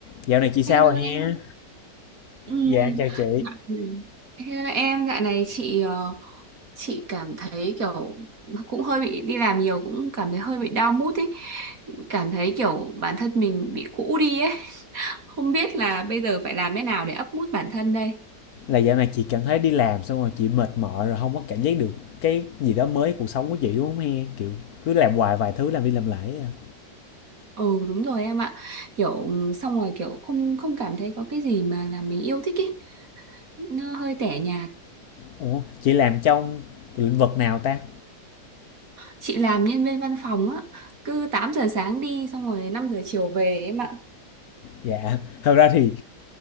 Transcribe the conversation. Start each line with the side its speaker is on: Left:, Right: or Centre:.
Left: Dạo này chị sao
Right: Hello
Left: rồi nha?
Right: em. Ừm,
Left: Dạ em chào chị.
Right: dạ- Hello em, dạo này chị ờ, chị cảm thấy kiểu cũng hơi bị đi làm nhiều cũng cảm thấy hơi bị down mood ấy. Cảm thấy kiểu bản thân mình bị cũ đi ấy. Không biết là bây giờ phải làm thế nào để up mood bản thân đây.
Left: Là dạo này chị cảm thấy đi làm xong rồi chị mệt mỏi rồi không có cảm giác được cái gì đó mới cuộc sống của chị đúng không he? Kiểu cứ làm hoài vài thứ làm đi làm lại. ấy à.
Right: Ừ đúng rồi em ạ. Kiểu xong rồi kiểu không không cảm thấy có cái gì mà là mình yêu thích ấy. Nó hơi tẻ nhạt.
Left: Ủa, chị làm trong lĩnh vực nào ta?
Right: Chị làm nhân viên văn phòng á, cứ 8 giờ sáng đi xong rồi 5 giờ chiều về em ạ.
Left: Dạ, thật ra thì